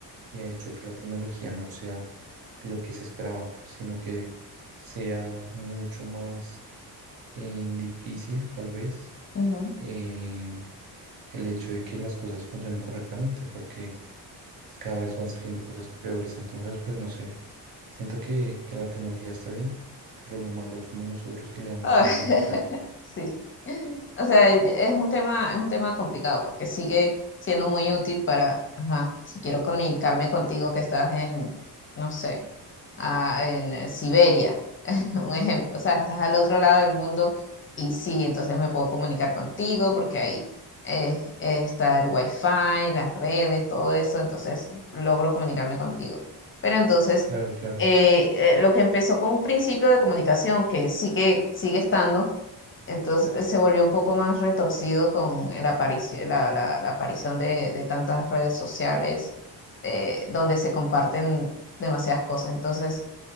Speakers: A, on the right; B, on the left.
A: y ha hecho que la tecnología no sea lo que se esperaba, sino que sea mucho más eh, difícil, tal vez,
B: ujú.
A: eh, el hecho de que las cosas funcionen correctamente, porque cada vez van saliendo cosas peores. Entonces, pues no sé, siento que, que la tecnología está bien, pero lo malo somos nosotros que le damos
B: Ah,
A: un
B: <laughs>
A: uso incorrecto.
B: sí. O sea, e- es un tema, es un tema complicado porque sigue siendo muy útil para, ajá, si quiero comunicarme contigo que estás en, no sé. a- en eh, Siberia, <laughs> un ejemplo, o sea, estás al otro lado del mundo y sí, entonces me puedo comunicar contigo porque ahí eh, está el wifi, las redes, todo eso, entonces logro comunicarme contigo. Pero entonces,
A: Claro, claro,
B: eh, eh, lo que empezó con un principio de comunicación que sigue, sigue estando, entonces eh, se volvió un poco más retorcido con el aparici- la, la- la aparición de, de tantas redes sociales eh, donde se comparten demasiadas cosas. Entonces,